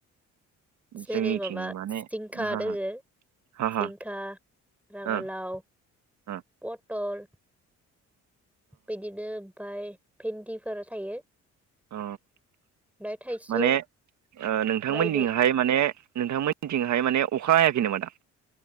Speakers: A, in the centre; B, on the right.
A: जेरै
B: जोंनिथिं
A: माबा
B: माने
A: जिंखा
B: हा
A: दोङो
B: हा हा
A: जिंखा
B: हा
A: राङालाव
B: हा अ
A: पथल बिदिनो ओमाय भेन्दिफोर थायो।
B: अ।
A: ओमफ्राय थाइसुम
B: माने नोंथांमोननिंहाय
A: बायदि
B: माने नोंथांमोननिथिंहाय माने अखा हायाखै नामा दा।